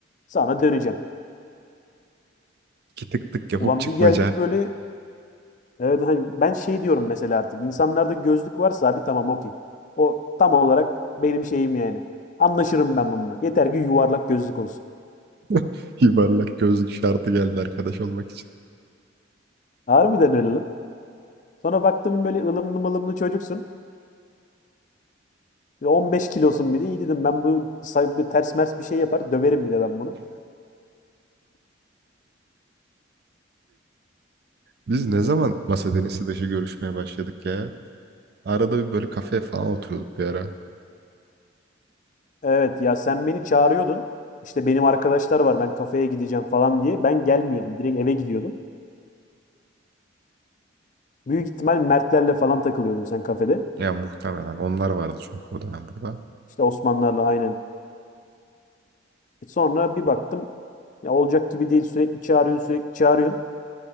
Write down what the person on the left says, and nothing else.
Sana döneceğim.
Ulan
bir geldik böyle evet hani ben şey diyorum mesela artık insanlarda gözlük varsa abi tamam okey. O tam olarak benim şeyim yani. Anlaşırım ben bununla. Yeter ki yuvarlak gözlük olsun.
Harbiden öyle lan. Sonra baktım böyle ılımlı mılımlı çocuksun. Ve 15 kilosun bir de iyi dedim ben bu, say- bu ters mers bir şey yapar döverim bir de ben bunu.
Evet ya sen beni çağırıyordun. İşte benim arkadaşlar var ben kafeye gideceğim falan diye. Ben gelmiyordum. Direkt eve gidiyordum. Büyük ihtimal Mertlerle falan takılıyordun sen kafede.
İşte Osmanlarla aynen. E sonra bir baktım ya olacak gibi değil sürekli çağırıyorsun sürekli çağırıyorsun.